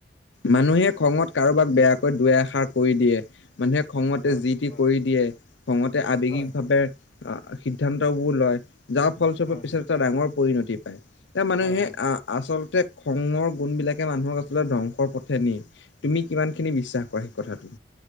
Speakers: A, on the left; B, on the left.
A: মানুহে খঙত কাৰোবাক বেয়াকৈ দুই এষাৰ কয় দিয়ে। মানুহে খঙতে
B: হয়,
A: যি -টি
B: হয়,
A: কয়
B: হয়,
A: দিয়ে। খঙতে আবেগিকভাৱে
B: হয়,
A: আ সিদ্ধান্তবোৰ লয়। যাৰ ফলস্বৰূপে
B: হয়,
A: পিছত এটা ডাঙৰ পৰিণতি পায়। এতিয়া মানুহে
B: হয়, হয়,
A: আহ আচলতে খঙৰ গুণ বিলাকে মানুহক আচলতে ধ্বংসৰ পথেৰে নিয়ে। তুমি কিমানখিনি বিশ্বাস কৰা সেই কথাটো?